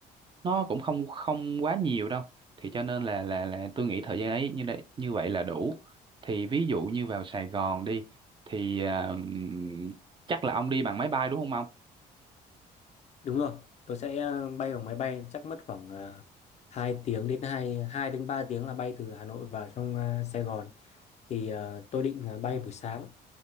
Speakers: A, on the right (about 30°); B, on the left (about 40°).
A: nó cũng không không quá nhiều đâu thì cho nên là là là tôi nghĩ thời gian ấy như đấy như vậy là đủ thì ví dụ như vào Sài Gòn đi thì à, ừm, chắc là ông đi bằng máy bay đúng không ông
B: Đúng rồi, tôi sẽ à, bay bằng máy bay chắc mất khoảng uh, 2 tiếng đến 2 2 đến 3 tiếng là bay từ Hà Nội vào trong à, Sài Gòn. Thì à, tôi định à, bay buổi sáng